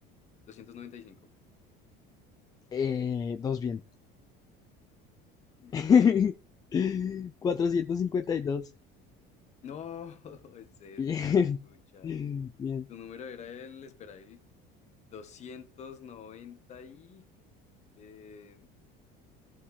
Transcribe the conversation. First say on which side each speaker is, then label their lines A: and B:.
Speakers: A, on the left; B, on the left.
A: 295.
B: Eh, dos bien.
A: Ok,
B: <laughs> cuatrocientos
A: ok, ok.
B: cincuenta y dos
A: No, <laughs> ese,
B: <laughs>
A: ese, güey, pucha.
B: Bien. Bien.
A: Tu número era el, espera, el 290 y... eh,